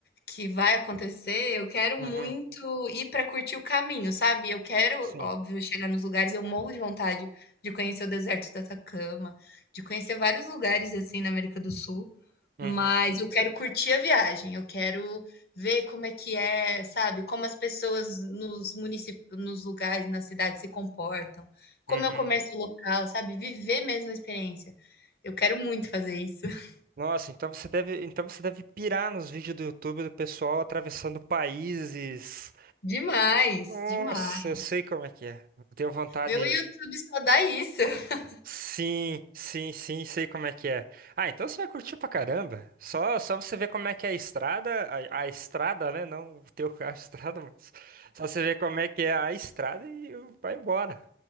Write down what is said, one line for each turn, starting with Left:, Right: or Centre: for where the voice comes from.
Left: que vai acontecer, eu quero
Right: Uhum,
Left: muito ir para curtir o caminho, sabe. Eu quero,
Right: sim.
Left: óbvio, chegar nos lugares eu morro de vontade de conhecer o deserto do Atacama, de conhecer vários lugares, assim, na América do Sul,
Right: Uhum,
Left: mas eu quero curtir a viagem, eu quero ver como é que é, sabe, como as pessoas nos municípios nos lugares, nas cidades se comportam, como
Right: uhum.
Left: é o comércio local, sabe, viver mesmo a experiência. Eu quero muito fazer isso. <laughs>
Right: Nossa, então você deve, então você deve pirar nos vídeos do YouTube do pessoal atravessando países.
Left: Demais,
Right: Nossa,
Left: demais.
Right: eu sei como é que é. Eu Tenho vontade.
Left: Meu YouTube só dá isso. <laughs>
Right: Sim, sim, sim, sei como é que é. Ah, então você vai curtir pra caramba. Só, só você ver como é que é a estrada, a, a estrada, né? Não o teu <laughs> carro, a estrada, mas só você ver como é que é a estrada e vai embora.